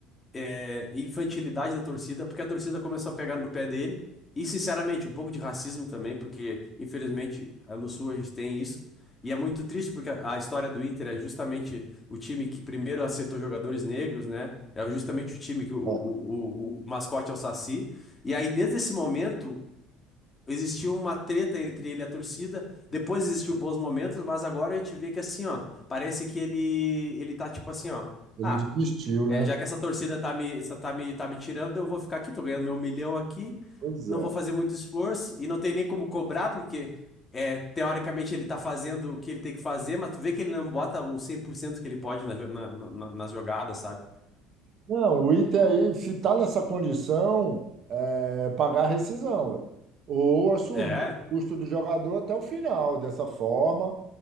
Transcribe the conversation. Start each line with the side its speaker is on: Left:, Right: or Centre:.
Left: é, infantilidade da torcida, porque a torcida começou a pegar no pé dele. E, sinceramente, um pouco de racismo também, porque, infelizmente, ah, no Sul a gente tem isso. E é muito triste, porque a a história do Inter é justamente o time que primeiro aceitou jogadores negros, né? É justamente o time que o, o,
Right: é,
Left: o, o mascote é o Saci. E aí, desde esse momento, existiu uma treta entre ele e a torcida. Depois existiu bons momentos, mas agora a gente vê que, assim, ó, parece que ele, ele tá tipo assim, ó.
Right: ele
Left: Ah,
Right: desistiu, né?
Left: é, já que essa torcida tá me, essa tá me, tá me tirando, eu vou ficar aqui, tô ganhando meu milhão aqui,
Right: Pois
Left: não
Right: é.
Left: vou fazer muito esforço e não tem nem como cobrar, porque é, teoricamente ele tá fazendo o que ele tem que fazer, mas tu vê que ele não bota o 100% que ele pode na, jo- na, na, nas jogadas, sabe?
Right: Não, o Inter aí, se está nessa condição, é pagar a rescisão, velho. Ou assumir
Left: É.
Right: o custo do jogador até o final, dessa forma,